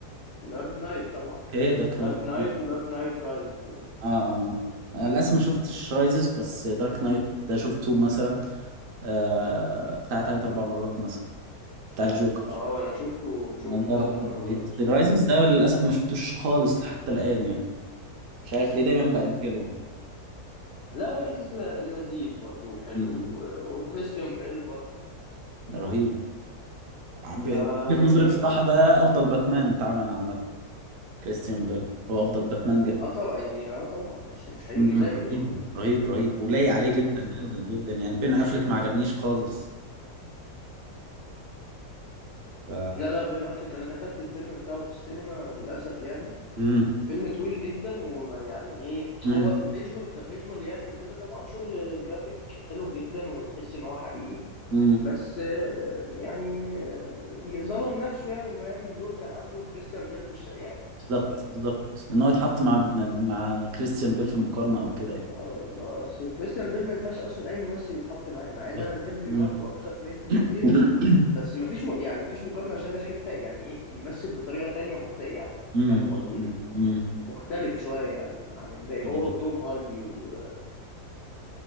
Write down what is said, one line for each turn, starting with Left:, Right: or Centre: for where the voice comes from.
Left: دارك نايت طبعا
Right: اوكي دارك
Left: دارك
Right: نايت
Left: نايت
Right: اه
Left: ودارك نايت رايزز يعني
Right: اه آه. آه، للاسف ما شفتش رايزز بس دارك نايت ده شفته مثلا آه بتاع ثلاث اربع مرات مثلا بتاع الجوكر
Left: اه انا شفته شفته
Right: لا الله
Left: كذا
Right: يرحمه
Left: مره برضه
Right: بس
Left: الصراحه
Right: الرايزنز
Left: جامد
Right: ده للاسف ما شفتوش خالص حتى الان يعني مش عارف ليه دايما باجله
Left: لا رايزز ل- لذيذ برضه وحلو
Right: مم.
Left: و- وكريستيان بيل برضه
Right: ده رهيب ب-
Left: فجامد
Right: وجهة نظري بصراحه
Left: يعني
Right: ده افضل باتمان اتعمل عامه كريستيان بيل هو افضل باتمان جه
Left: اه طبعا يعني اه طبعا مش مش هيجي
Right: مم.
Left: زيه يعني
Right: رهيب رهيب رهيب ولايق عليه جدا جدا جدا يعني بين افلك ما عجبنيش خالص ف
Left: لا لا بين افليك انا دخلت الفيلم بتاعه في السينما للاسف يعني
Right: امم
Left: فيلم طويل جدا ويعني ايه
Right: امم
Left: هو فيجوال كفيجوال يعني وكده طبعا شغل جرافيك حلو جدا وتحس ان هو حقيقي
Right: امم
Left: بس آه، يعني م- ظلم نفسه يعني انه يعمل دور كان عامله كريستيان بيل بالش... يعني
Right: بالظبط
Left: فاهم
Right: بالظبط ان هو يتحط مع مع كريستيان بيل في المقارنه او كده يعني
Left: آه، آه، أصل كريستيان بيل ما ينفعش اصلا اي ممثل يتحط معاه مع
Right: بالظبط
Left: ان انا بحب ليوناردو
Right: مم.
Left: اكتر منه بكتير
Right: <clears throat>
Left: بس ما فيش م... يعني ما فيش مقارنه عشان ده في حته يعني ايه بيمثل بطريقه تانية مخت... يعني
Right: مم.
Left: فاهم قصدي
Right: مم.
Left: مختلف شويه عن عن الباقي هو
Right: امم
Left: وتوم هاردي وكيليان